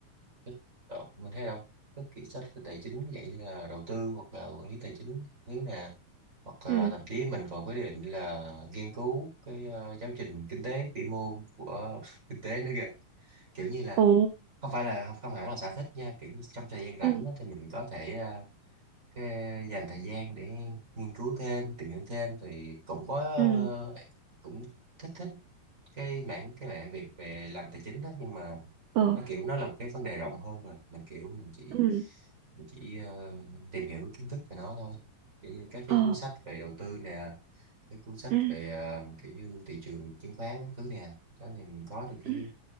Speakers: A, on the right; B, on the right.
A: thích đọc- mình thấy đâu các kỳ sách về tài chính vậy như là đầu tư hoặc là quản lý tài chính nếu nè hoặc là
B: ừ
A: thậm chí mình còn quyết định là nghiên cứu cái ờ, giáo trình kinh tế vĩ mô của <laughs> kinh tế nữa kìa kiểu như là
B: ồ
A: không phải là không hẳn là sở thích nha kiểu như trong thời gian rảnh
B: ừ
A: á, thì mình có thể ờ, cái dành thời gian để nghiên cứu thêm tìm hiểu thêm thì cũng có
B: ừ
A: ờ, cũng thích thích cái mảng cái mảng việc về làm tài chính đó nhưng mà
B: ờ
A: nó kiểu nó là một cái vấn đề rộng hơn rồi mình kiểu mình chỉ
B: ừ
A: mình chỉ ờ, tìm hiểu kiến thức về nó thôi kiểu như các cái
B: Ồ,
A: cuốn sách về đầu tư nè cái cuốn sách
B: ừ,
A: về ờ, kiểu như thị trường chứng khoán các thứ nè đó thì mình có được cái
B: ừ,